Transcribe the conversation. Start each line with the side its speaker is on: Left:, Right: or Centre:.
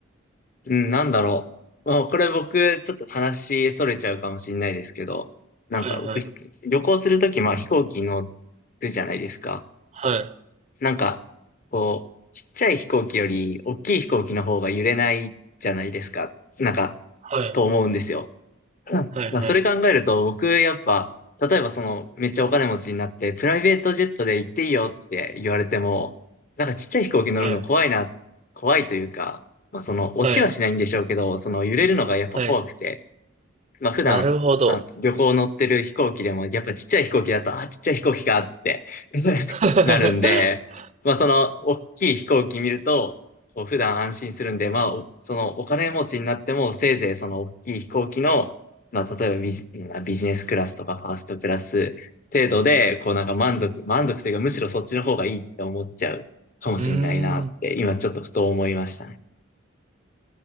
Left: うん、なんだろう。まあ、これ僕、ちょっと話、逸れちゃうかもしれないですけど、なんか僕、
Right: はいはい。
Left: 旅行するとき、まあ飛行機乗るじゃないですか。
Right: はい。
Left: なんか、こう、ちっちゃい飛行機より大きい飛行機の方が揺れないじゃないですか。なんか、
Right: は
Left: と思うんですよ。うんまあ、
Right: い。はい。
Left: それ考えると、僕、やっぱ、例えばその、めっちゃお金持ちになって、プライベートジェットで行っていいよって言われても、なんかちっちゃい飛行機乗るの怖いな、
Right: はい。
Left: 怖いというか、まあその、
Right: はい。
Left: 落ちはしないんでしょうけど、
Right: はい。
Left: その揺れるのがやっぱ怖くて、
Right: はい。
Left: まあ普段、
Right: なるほど。
Left: まあ、旅行乗ってる飛行機でも、やっぱちっちゃい飛行機だと、あ、ちっちゃい飛行機かって <laughs>
Right: <laughs>
Left: なるんで、まあその、大きい飛行機見ると、こう普段安心するんで、まあ、おそのお金持ちになっても、せいぜいその大きい飛行機の、まあ例えばビジ、まあビジネスクラスとかファーストクラス程度で、こうなんか満足、満足というか、むしろそっちの方がいいって思っちゃうかもしれないなって、
Right: うーん。
Left: 今ちょっとふと思いましたね。